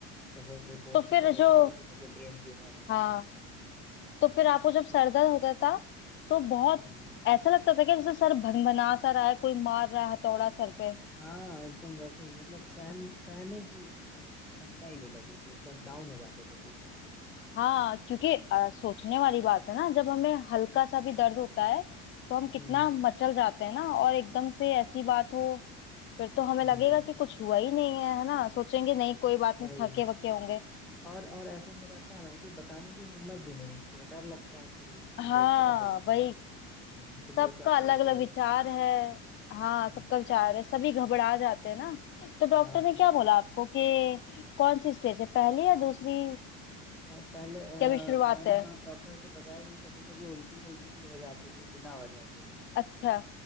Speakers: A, in the centre; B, on the left (about 30°).
A: तो फिर रिपोर्ट
B: तो
A: से
B: फिर
A: पता
B: जो
A: चला कि मुझे ब्रेन ट्यूमर है
B: हाँ तो फिर आपको जब सर दर्द होता था तो बहुत
A: हम्म।
B: ऐसा लगता था कि जैसे सर भनभना सा रहा है कोई मार रहा है हथौड़ा सर पे
A: हाँ एकदम वैसे ही मतलब सहन सहने की क्षमता ही नहीं बची थी एकदम डाउन हो जाते थे पूरा
B: हाँ क्योंकि अ, सोचने वाली बात है ना जब हमें हल्का सा भी दर्द होता है तो हम कितना
A: हम्म
B: मचल जाते हैं ना और एकदम से ऐसी बात हो फिर तो हमें
A: हम्म
B: लगेगा कि कुछ हुआ ही नहीं है है ना सोचेंगे नहीं कोई बात
A: वही
B: नहीं थके वके होंगे
A: और और ऐसा में रहता है ना कि बताने की हिम्मत भी नहीं होती है डर लगता है कि
B: हाँ
A: लोग क्या सोचेंगे
B: वही
A: हम्म, तुम
B: सबका
A: लोग क्या
B: अलग
A: फील
B: अलग
A: करोगे
B: विचार है हाँ
A: हम्म,
B: सबका विचार है सभी घबरा जाते हैं ना तो डॉक्टर
A: हाँ
B: ने क्या बोला आपको कि कौन सी स्टेज है पहली या दूसरी
A: और पहले अ,
B: क्या अभी शुरुआत
A: मैंने
B: है
A: तो डॉक्टर को बताया कि कभी कभी उल्टी उल्टी भी हो जाती थी बिना वजह के
B: अच्छा